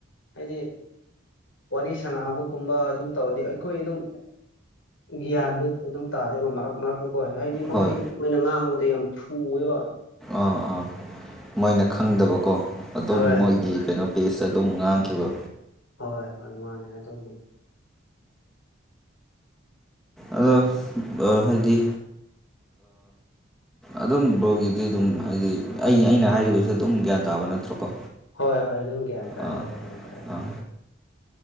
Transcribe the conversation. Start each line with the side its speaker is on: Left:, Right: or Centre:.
Left: ꯍꯥꯏꯗꯤ ꯋꯥꯔꯤ ꯁꯥꯟꯅꯕꯒꯨꯝꯕ ꯑꯗꯨꯝ ꯇꯧꯗꯤ ꯑꯩꯈꯣꯏ ꯑꯗꯨꯝ ꯒ꯭ꯌꯥꯟꯗꯨ ꯑꯗꯨꯝ ꯇꯥꯗꯦꯕ ꯃꯔꯛ ꯃꯔꯛꯇ ꯍꯣꯏ ꯍꯥꯏꯗꯤ ꯃꯣꯏꯗꯤ
Centre: ꯍꯣꯏ
Left: ꯃꯣꯏꯅ ꯉꯥꯡꯕꯗ ꯌꯥꯝ ꯊꯨꯑꯦꯕ
Centre: ꯑꯥ ꯑꯥ ꯃꯣꯏꯅ ꯈꯪꯗꯕꯀꯣ ꯑꯗꯨꯝ
Left: ꯍꯣꯏ
Centre: ꯃꯣꯏꯒꯤ ꯀꯩꯅꯣ ꯄꯁ ꯑꯗꯨꯝ ꯉꯥꯡꯈꯤꯕ
Left: ꯍꯣꯏ ꯍꯣꯏ ꯃꯥꯅꯦ ꯑꯗꯨꯅꯤ
Centre: ꯑꯗꯣ ꯍꯥꯏꯗꯤ ꯑꯗꯨꯝ ꯕ꯭ꯔꯣꯒꯤꯗꯤ ꯑꯗꯨꯝ ꯍꯥꯏꯗꯤ ꯑꯩ ꯑꯩꯅ ꯍꯥꯏꯔꯤꯕꯁꯤꯦ ꯑꯗꯨꯝ ꯒ꯭ꯌꯥꯟ ꯇꯥꯕ ꯅꯠꯇ꯭ꯔꯣꯀꯣ
Left: ꯍꯣꯏ ꯍꯣꯏ ꯑꯗꯨꯝ ꯒ꯭ꯌꯥꯟ ꯇꯥꯦ
Centre: ꯑꯥ
Left: ꯇꯔ ꯒ꯭ꯌꯥꯟ ꯇꯥꯦ ꯇ
Centre: ꯑꯥ